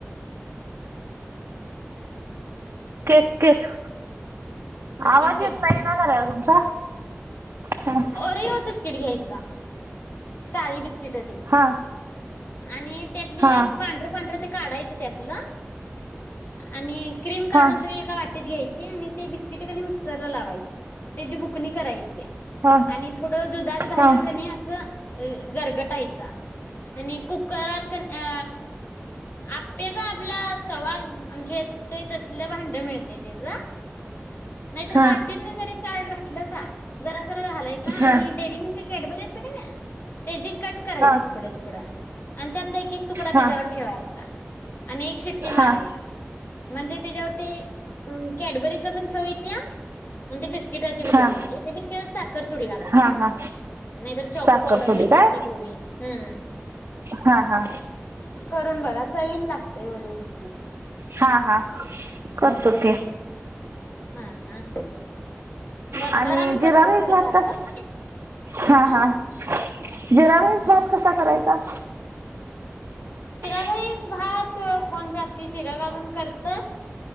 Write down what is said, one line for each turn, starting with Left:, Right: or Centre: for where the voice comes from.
Right: केक केक आवाज
Left: हा केकचे
Right: येत नाही ना झालाय तुमचा हा
Left: अरेवचचकिट घ्यायचा काळी ब िट
Right: हा
Left: आणि त्यातली
Right: हा
Left: पांढर पांढर काढायचं त्यातलं आणि क्रीम काढून
Right: हा हा
Left: सगळी एका वाटत घईची आणि ते त ठिकाणी मिक्सर ला लावायची त्याचीी बुकणी करायची
Right: हा
Left: आणि थोडं दुधात घालून
Right: हा
Left: कनी असं गरगटायच आणि कुकरात क अ आपेचा आपला तवा घेत असल्या भांड मिळत ते जा नाहीतर
Right: हा
Left: वाटीतन
Right: हा
Left: जरी चारट घातलंसा जरा जरा घालायचा
Right: हा
Left: आणि डेअरी मिल्क कॅडबरी असत कणी त्याची कट करायची
Right: हा
Left: तुकडं तुकडं आणि त्यातला एक तुकडा
Right: हा
Left: त्याच्यावर ठेवायचा आणि एक शिट्टी मारायची
Right: हा
Left: म्हणजे त्याज्यावर ते म कॅडबरीच चव येत्या आणी ते बिस बिस्किटाची भी
Right: हा
Left: चवित आहे त्या बिस्किटात साखर थोडी घायची
Right: हा
Left: ह
Right: हा
Left: नाहीतर चॉको
Right: साखर
Left: पावडर
Right: थोडी
Left: मिळते
Right: काय
Left: ती थोडी हम्म
Right: हा हा
Left: करून बघा चवील लागतय वरीओ बिस्किटच
Right: हा हा करतो
Left: हम्म
Right: की
Left: हा हा वरच्यावर
Right: आणि
Left: आम्ही
Right: जिरा
Left: करतोय
Right: राईस
Left: सोडा
Right: भात
Left: सारखं
Right: कस हा
Left: हं
Right: हा जिरा
Left: हं
Right: राईस
Left: हं
Right: भात कसा करायचा <inaudible> <inaudible>
Left: ईस भात कोण जास्ती जिरं घालून करत